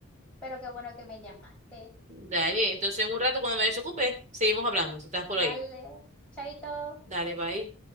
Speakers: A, in the centre; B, on the right (about 35°).
A: pero qué bueno que me llamaste.
B: Dale, entonces en un rato cuando me desocupe, seguimos hablando, si estás por
A: Dale,
B: ahí.
A: chaito.
B: Dale, bye.